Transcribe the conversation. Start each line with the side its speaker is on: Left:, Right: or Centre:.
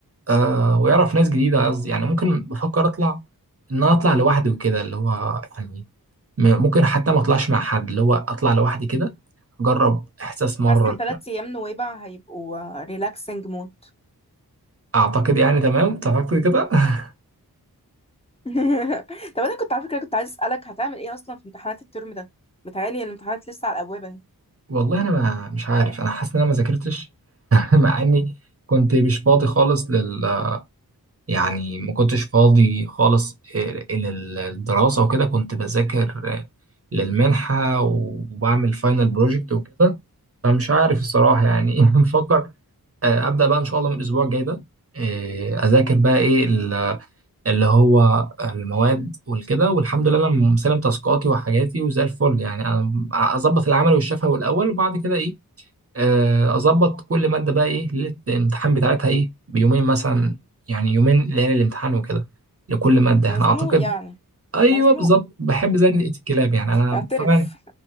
Right: آه ويعرف ناس جديده قصدي يعني ممكن بفكر اطلع ان انا اطلع لوحدي وكده اللي هو يعني م- ممكن حتى ما اطلعش مع حد اللي هو اطلع لوحدي كده اجرب احساس مره
Left: حاسه ثلاث ايام نويبع هيبقوا ريلاكسنج مود
Right: اعتقد يعني تمام تعتقد كده <laughs>
Left: <laughs> طب انا كنت على فكره كنت عايز اسالك هتعمل ايه اصلا في امتحانات الترم ده متهيألي الامتحانات لسه على الابواب اهي
Right: والله انا ما مش عارف انا حاسس ان انا ما ذاكرتش <laughs> مع اني كنت مش فاضي خالص لل يعني ما كنتش فاضي خالص آه، للدراسه وكده كنت بذاكر آه، للمنحه وبعمل فاينل بروجكت وكده فمش عارف الصراحه يعني <laughs> بفكر آه، ابدا بقى ان شاء الله من الاسبوع الجاي ده آه، اذاكر بقى ايه اللي هو المواد والكده والحمد لله انا مسلم تاسكاتي وحاجاتي وزي الفل يعني انا اظبط العمل والشفوي الاول وبعد كده ايه آه، اظبط كل ماده بقى ايه ليله الامتحان بتاعتها ايه بيومين مثلا يعني يومين ليالي الامتحان وكده لكل ماده
Left: مزنوق
Right: يعني اعتقد
Left: يعني
Right: ايوه
Left: مزنوق
Right: بالظبط بحب زنقه الكلاب يعني انا
Left: اعترف
Right: فعلا